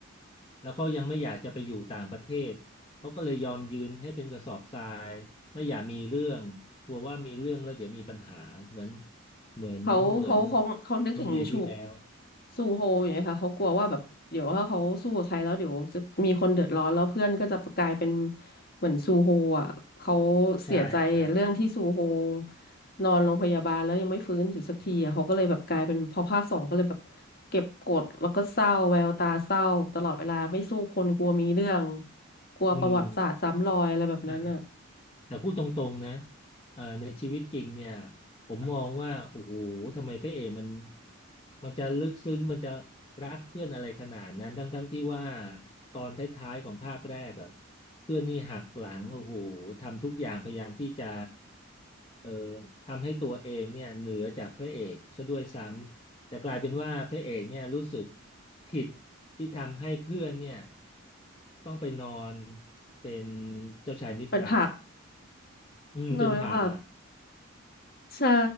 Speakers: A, on the left; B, on the left.
A: แล้วเขายังไม่อยากจะไปอยู่ต่างประเทศเขาก็เลยยอมยืนให้เป็นกระสอบทรายไม่อยากมีเรื่องกลัวว่ามีเรื่องแล้วเดี๋ยวมีปัญหาเหมือนเหมือนเหมือน
B: เขาเขาเขาเขานึกถึงชู
A: โรงเรียนที่แล้ว
B: ซูโฮอย่างเงี้ยค่ะเขากลัวว่าแบบเดี๋ยวถ้าเขาสู้กับใครแล้วเดี๋ยวจะมีคนเดือดร้อนแล้วเพื่อนก็จะกลายเป็นเหมือนซูโฮอ่ะเขาเสียใจเรื่องที่ซูโฮ
A: ใช่ใช่
B: นอนโรงพยาบาลแล้วยังไม่ฟื้นอยู่สักทีอะเขาก็เลยแบบกลายเป็นพอภาคสองก็เลยแบบเก็บกดแล้วก็เศร้าแววตาเศร้าตลอดเวลาไม่สู้คนกลัวมีเรื่องกลัวประวัติศาสตร์ซ้ำรอยอะไรแบบนั้นอ่ะ
A: อืมใช่ แต่พูดตรงๆนะเอ่อในชีวิตจริงเนี่ยผมมองว่าโอ้โหทำไมพระเอกมันมันจะลึกซึ้งมันจะรักเพื่อนอะไรขนาดนั้นทั้งๆที่ว่าตอนท้ายๆของภาคแรกอะเพื่อนนี่หักหลังโอ้โหทำทุกอย่างพยายามที่จะเอ่อทำให้ตัวเองเนี่ยเหนือจากพระเอกซะด้วยซ้ำแต่กลายเป็นว่าพระเอกเนี่ยรู้สึกผิดที่ทำให้เพื่อนเนี่ยต้องไปนอนเป็นเจ้าชายนิทรา
B: เป็นผัก
A: อืมเป็นผับอ่ะ
B: เนยเป็นผัก ใช่